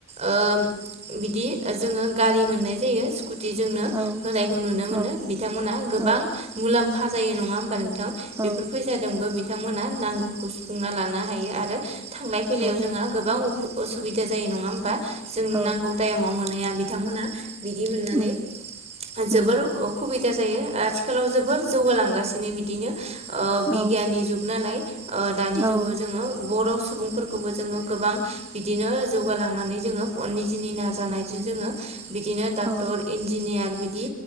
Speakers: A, on the right (about 35°); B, on the right (about 15°).
A: ओ बिदि जोङो गारि मोननाय जायो स्कुटिजोंनो
B: औ
A: नुनो मोनो
B: औ
A: बिथांमोनहा गोबां
B: औ
A: मुलाम्फा जायो नङा होनबा नों थां
B: औ
A: बेफोर फैादोंबो बिथांमोनहा नांगौखौ सुफुंना लानो हायो आरो थांलाय फैलायाव
B: औ
A: जोंहा गोबां असुबिदा जायो नङा होमबा जों
B: औ
A: नांगौ टाइमाव मोनाया बिद बिथांमोना बिदि मोननानै
B: उम
A: जोबोर
B: उम
A: उखुबिदा जायो आथिखालाव जोबोर जौगालांगासिनो बिदिनो। ओ
B: औ
A: बिगियाननि जुग नालाय ओ दानि
B: औ
A: जुगाव जोङो बर' सुबुंफोरखौबो जोङो गोबां बिदिनो जौगालांनानै जोङो निजिनि नाजानायजों जोङो बिदिनो डाक्टर
B: औ
A: इन्जिनियार बिदि